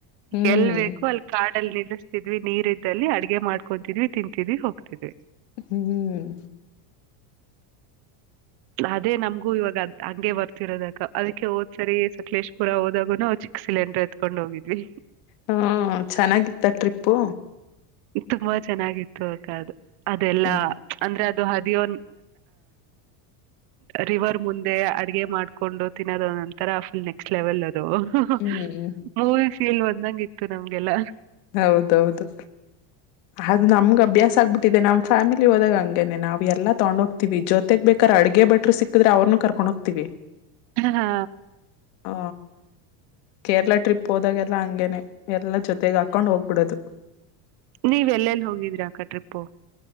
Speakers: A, on the left (about 65°); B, on the right (about 50°).
A: ಹ್ಮ್
B: ಎಲ್ ಬೇಕು ಅಲ್ಲಿ ಕಾ ಲ್ಲಿ ನಿಲ್ಲಿಸತಿದ್ವಿ ನೀರ್ ಇದಲ್ಲಿ ಅಡಗೆ ಮಾಡ್ಕೊಂತಿದ್ವಿ ತಿಂತಿದ್ವಿ ಹೋಗಿ ಇ
A: ಹ್ಮ್
B: ಅದೇ ನಮ್ಗೂ ಇವಾಗ್ ಹಂಗೆ ಬರ್ತಿರೋದಕ ಅದಕ್ಕೆ ಹೋದ್ಸರಿ ಸಕಲೇಶ್ಪುರ ಹೋದಾಗುನು ಚಿಕ್ಕ ಸಿಲೆಂಡ್ರ ಎತ್ಕೊಂಡ್ ಹೋಗಿದ್ವಿ
A: ಹ್ಮ ಚೆನ್ನಾಗಿತ್ತ ಟ್ರಿಪ್ಪು
B: ತುಂಬಾ ಚೆನ್ನಾಗಿತ್ತು ಕದು ಅದೆಲ್ಲಾ
A: ಹ್ಮ್
B: ಅಂದ್ರೆ ಅ ದು ಹದಿಯ ರಿವರ್ ಮುಂದೆ ಅಡಗೆ ಮಾಡ್ಕೊಂಡು ತಿನ್ನೋದ ನಂತರ ಫುಲ್ ನೆಕ್ಸ್ಟ್ ಲೆವೆಲ್ <inaudible>
A: ಹ್ಮ್
B: ಕಲ್ ಒಂದಂಗ ಇತ್ತು ನಮ್ಗೆಲ್ಲ
A: ಹೌದೌದು ಅದು ನಮ್ಗ ಅಭ್ಯಾಸ ಆಗ್ಬು ಇದೆ ನಮ್ಮ ಫ್ಯಾಮಿಲಿ ಹೋದಾಗ ಹಂಗೇನೆ ನಾವು ಎಲ್ಲ ತಗೊಂಡ ಹೋಗಿ ಆತಿವಿ ಜೊತೆಗ್ ಬೇಕಾರೆ ಅಡ್ಗೆ ಬ್ರರಿ ಸಿಕ್ಕಿದ್ರೆ ಅವ್ರೂ ಕರ್ಕೊಂಡ ಹೋಗ್ತೀವಿ
B: ಹ
A: ಹ ಕೇರಳ ಟ್ರಿಪ್ ಹೋದಾಗೆಲ್ಲ ಹಂಗೇನೆ ಎಲ್ಲಾ ಜೊತೆಗ ಆಗ್ತ ಕಕೊಂಡು ಹೋಗ್ಬಿಡದು
B: ನೀವೆ ಎಲ್ಲೆಲ್ಲಿ ಹೋಗಿದೀರ ಅಕ್ಕ ಟ್ರಿಪ್ಪು